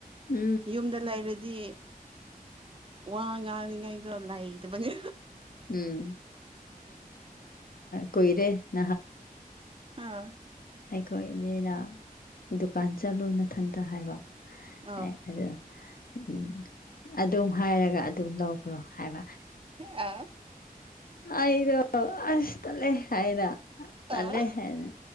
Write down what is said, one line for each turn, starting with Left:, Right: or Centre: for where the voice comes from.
Left: ꯎꯝ
Right: ꯌꯨꯝꯗ ꯂꯩꯔꯗꯤ ꯋꯥ ꯉꯥꯡꯅꯤꯉꯩꯗꯣ ꯂꯩꯇꯕꯅꯦ
Left: ꯎꯝ ꯀꯏꯔꯦ ꯅꯍꯥꯟꯗ
Right: ꯑꯥꯎ
Left: ꯑꯩꯈꯣꯏ ꯏꯅꯦꯅ ꯗꯨꯀꯥꯟ ꯆꯠꯂꯨ ꯅꯊꯟꯇ ꯍꯥꯏꯕ
Right: ꯑꯥ
Left: ꯑꯦ ꯑꯗꯨꯗ ꯎꯝ ꯑꯗꯨꯝ ꯍꯥꯏꯔꯒ ꯑꯗꯨꯝ ꯂꯧꯈ꯭ꯔꯣ ꯍꯥꯏꯕ
Right: ꯑ
Left: ꯑꯗꯣ ꯑꯁ ꯂꯩꯦ ꯍꯥꯏꯅ ꯇꯜꯂꯦ
Right: ꯑꯥ
Left: ꯍꯥꯏꯅ